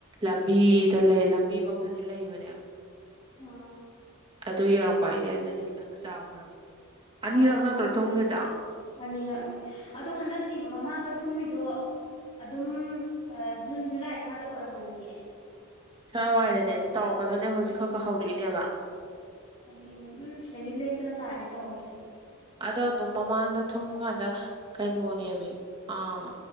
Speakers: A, on the right; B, on the left.
A: ꯂꯝꯕꯤꯗ ꯂꯩ ꯂꯝꯕꯤ ꯐꯧꯇꯗꯤ ꯂꯩꯕꯅꯦꯕ
B: ꯑꯥ
A: ꯑꯗꯨ ꯌꯧꯔꯛꯄ ꯍꯥꯏꯁꯦ ꯑꯗꯨꯗꯤ ꯈꯤꯇꯪ ꯆꯥꯎꯈ꯭ꯔꯕ ꯑꯅꯤꯔꯛ
B: ꯆꯥꯎ
A: ꯅꯠꯇ꯭ꯔꯣ ꯊꯨꯝꯈ꯭ꯔꯤꯗꯣ
B: ꯑꯅꯤꯉꯛꯅꯤ ꯑꯗꯣ ꯍꯟꯗꯛꯇꯤ ꯃꯃꯥꯡꯗ ꯊꯨꯝꯃꯤꯗꯣ ꯑꯗꯨꯝ ꯖꯨꯟ ꯖꯨꯂꯥꯏ ꯁ꯭ꯋꯥꯏꯗ ꯑꯣꯏꯔꯝꯒꯅꯤ
A: ꯁ꯭ꯋꯥꯏ ꯋꯥꯏꯗꯅꯦꯗ ꯇꯧꯔꯛꯀꯗꯣꯏꯅꯦꯕ ꯍꯧꯖꯤꯛ ꯈꯛ ꯈ ꯍꯧꯔꯛꯏꯅꯦꯕ
B: ꯍꯧꯛ ꯏꯅꯦ ꯑꯗꯨꯝ ꯁꯤꯗꯒꯤ ꯂꯦꯞꯇꯅ ꯇꯥꯔꯅꯤ ꯇꯧꯔꯛꯇꯣꯏꯅꯦ
A: ꯑꯗꯣ ꯑꯗꯨꯝ ꯃꯃꯥꯡꯗ ꯊꯨꯝꯀꯥꯟꯗ ꯀꯩꯅꯣꯅꯦꯃꯤ ꯑꯥ